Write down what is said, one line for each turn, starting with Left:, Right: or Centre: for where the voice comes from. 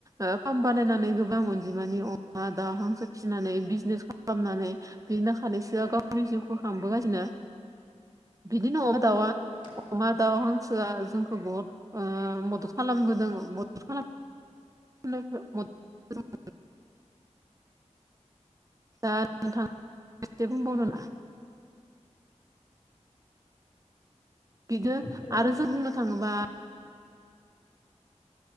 Right: ओ फार्म बानायनानै गोबां अनजिमानि अमा दाउ हांसो फिसिनानै बिजनेस खालामनानै बिनो खानैसोया गावनि जिउखौ खांबोगासिनो बिदि न
Left: नंगौ
Right: दाउआ
Left: नोंथां
Right: अमा दाउ हांसोआ जोंखौ बहुद ओ मदद खालामबोदों मदद खालाम <unintelligible> दा नोंथां एसे बुंबावनो ना बिदो
Left: हेलौ
Right: आरो जों बुंनो थाङोबा